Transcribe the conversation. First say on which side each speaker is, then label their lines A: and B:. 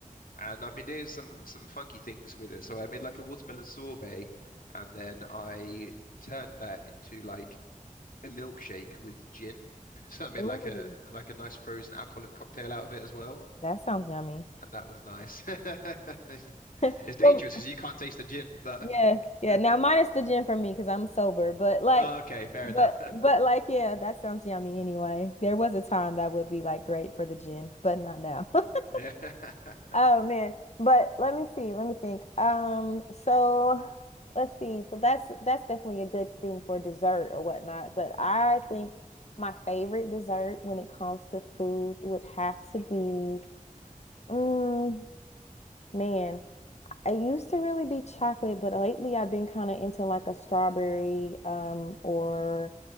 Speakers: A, on the left; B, on the left.
A: And I've been doing some some funky things with it. So I made like a watermelon sorbet, and then I turned that into like a milkshake with gin. <laughs> So I made
B: Ooh,
A: like a like a nice frozen alcoholic cocktail out of it as well,
B: that sounds yummy.
A: and that was nice. <laughs>
B: <laughs>
A: It's dangerous
B: Well,
A: because you can't taste the gin, but
B: yeah, yeah.
A: <laughs>
B: Now minus the gin for me because I'm sober, but like
A: oh, okay, fair
B: but
A: enough.
B: but
A: <laughs>
B: like yeah, that sounds yummy anyway. There was a time that would be like great for the gin, but not now. <laughs>
A: Yeah. <laughs>
B: Oh man. But let me see. Let me think. Um, so let's see. So that's that's definitely a good thing for dessert or whatnot. But I think my favorite dessert when it comes to food would have to be, mm, man, I used to really be chocolate, but lately I've been kind of into like a strawberry, um, or